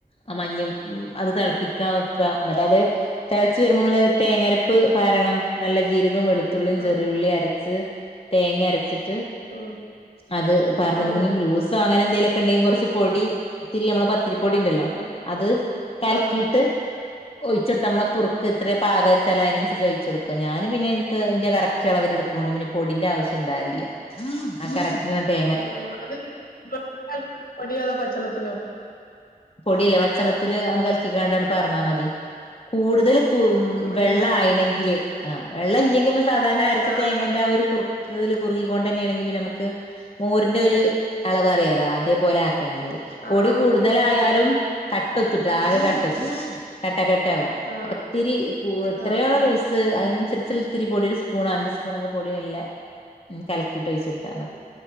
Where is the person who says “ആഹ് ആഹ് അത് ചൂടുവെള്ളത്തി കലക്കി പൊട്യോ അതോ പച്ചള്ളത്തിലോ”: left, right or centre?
Left